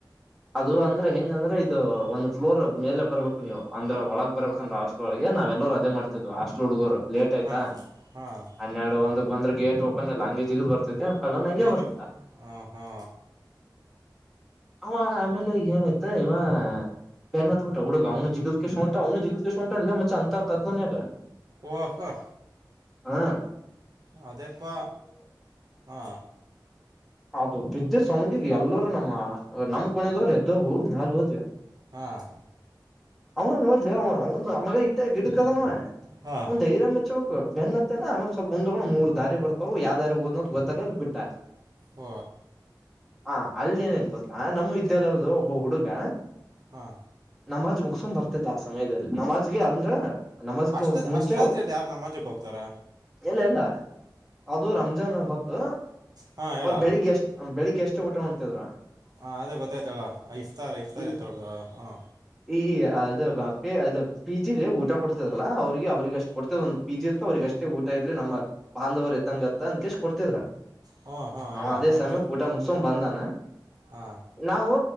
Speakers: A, in the centre; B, on the right.
A: ಅದು ಅಂದ್ರೆ ಹೆಂಗ ಅಂದ್ರೆ ಇದು ಒಂದ ಫ್ಲೋರ್ ಮೇಲೆ ಬರ್ಬೇಕು ನೀವು ಅಂದ್ರೆ ಒಳಗ್ ಬರ್ಬೇಕಂದ್ರ ಹಾಸ್ಟೆಲ್ ಒಳಗೆ ನಾವ್ ಎಲ್ಲರು ಅದೇ ಮಾಡ್ತಿದ್ ಹಾಸ್ಟೆಲ್ ಹುಡ್ಗರು ಲೇಟ್ ಆಯ್ತಾ
B: ಹಾಂ ಹಾಂ
A: ಹನ್ನೆರಡು ವ ಒಂದು ಬಂದ್ರ ಗೇಟ್ ಓಪನ್ ಇಲ್ಲ ಹಂಗೆ ಜಿಗಿದ್ ಬರ್ತಿದ್ದೆ ಕಳ್ಳನ್ ಹಂಗೆ
B: ಎಗರು
A: ಬರ್ತಿದ್ದ
B: ಹ ಹಾ
A: ಅವ ಆಮೇಲೆ ಈಗ ಏನಾಯಯ್ತ ಇವ ಬೆನ್ ಹತ್ ಬಿಟ್ಟ ಹುಡುಗ ಅವ್ನು ಜಿಗದ್ೇಶ ಉಂಟ ಅವನು ಜಿಗದಗೆ್ ಉಂಟ ಇಲ್ಲ ಮೆ ಅಂತ ಕತ್ನ್ಯಗ
B: ವಾಹ
A: ಹಾ
B: ಅದೆೇಪ್ಪ ಹಾ
A: ಹೌದು ಬಿದ್ದೆ ಸೌಂಡಿಗೆ ಎಲ್ಲರೂ ನಮ್ಮ ನಮ್ ಕಣದವ್ರು ಎದ್ದೋಗ ಮ್ಯಾಲ ಹೋದ
B: ಹ್ಮ್
A: ಅವ ನೋಡ್ಲಿ ಅವ ಮಗ ಇಟ್ಟ ಗಿಡ್ಕ್ದನು
B: ಹಾಂ
A: ಒಂದು ಧೈರ್ಯ ಮೆಚ್ಚಬೇಕು ಬೆನ್ನತ್ತೇನ ಆಮೇಲೆ ಸ್ವಲ್ಪ ಮುಂದೊಂಡ್ ಮೂರ್ ದಾರಿ ಬರ್ತಾವವು ಯಾವ ದಾರಿ ಓದ್ೋದು ಗೊತ್ತಾಲ್ ಬಿಟ್ಟ
B: ವ
A: ಹಾ ಅಲ್ಲಿ ಏನಾಯ್ತು ಗೊತ್ತಾ ನಮ್ಮ ವಿದ್ಯಾಲಯದು ಒಬ್ಬ ಹುಡುಗ
B: ಹಾ
A: ನಮಾಜ್ ಮುಗಸುಂಬ್ ಬರ್ತಿದ ಆ ಸಮಯದಲ್ಲಿ ನಮಾಜ್ಗೆ ಅಂದ್ರ ನಮಾಜ್ಕ್
B: ಅಷ್ಟ್
A: ಮುಂಚೆ
B: ಅಷ್ಟ ರಾತ್ರಿ ಅಲ್ಲಿ ಯಾರ ನಮ್ಮ ಮಜ್ಜಕ್ಕೆ ಹೋಗ್ತಾರ
A: ಇಲ್ಲ ಇಲ್ಲ ಅದು ರಂಜಾನ್ ಹೊತ್ತು <unintelligible>
B: ಹಾಂ ಹೇಳ
A: ಅವರು ಬೆಳಿಗ್ ಎಷ್ಟ ಬೆಳಿಗ್ಗೆ ಎಷ್ಟ ಊಟ ಮಾಡ್ತಾ ಇದ್ದೀರಾ
B: ಹಾ ಅದೇ ಗೊತ್ತಾಯ್ತ ಅಲ್ಲ ಇಫ್ತಾರ್ ಇಫ್ತಾರ್
A: ಈ
B: ಎತ್ತ ಹ
A: ಈ ಅದು ಅ ಪಿ ಜಿಲಿ ಊಟ ಕೊಡ್ತದಲ್ಲ ಅವ್ರಿಗೆ ಅವ್ರಿಗೆ ಎಷ್ಟು ಕೊಡ್ತದ ಒಂದು ಪಿ ಜಿ ಅವ್ರಗ ಅಷ್ಟೇ ಊಟ ಇರ್ಲಿ ನಮ್ಮ ಬಂಧವರು ಇದ್ದಂಗತ್ತ ಅನ್ ಕೆೇಶ ಕೊಡ್ತಿದ್ರ
B: ಹ್ಞೂ ಹ್ಞೂ
A: ಅವನ
B: ಹೇಳ
A: ಅದೇ
B: ಅರ್ಥ
A: ಸಮಯಕ್ಕೆ
B: ಆಯ್ತು
A: ಊಟ ಮುಗಿಸಿಕೊಂಡು ಬಂದಾನ
B: ಹಾಂ
A: ನಾವು